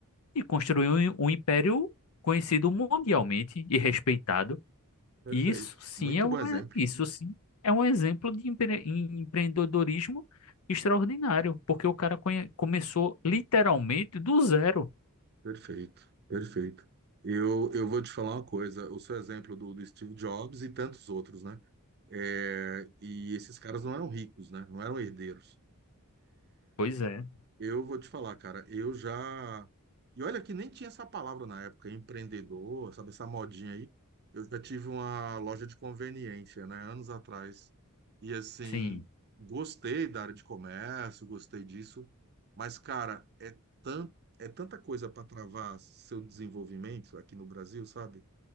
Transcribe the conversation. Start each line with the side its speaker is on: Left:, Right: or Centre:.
Left: e construiu um um império conhecido mundialmente e respeitado.
Right: Perfeito,
Left: E Isso sim
Right: muito
Left: é um,
Right: bom exemplo.
Left: isso sim é um exemplo de empre- empreendedorismo extraordinário, porque o cara conhe- começou literalmente do zero.
Right: Perfeito, perfeito. Eu, eu vou te falar uma coisa, o seu exemplo do, do Steve Jobs e tantos outros, né? É, e esses caras não eram ricos, né? Não eram herdeiros.
Left: Pois é,
Right: Eu vou te falar, cara, eu já. E olha que nem tinha essa palavra na época, empreendedor, sabe, essa modinha aí. Eu já tive uma loja de conveniência, né, anos atrás. E assim,
Left: sim,
Right: gostei da área de comércio, gostei disso. Mas, cara, é tan... é tanta coisa para travar seu desenvolvimento aqui no Brasil, sabe?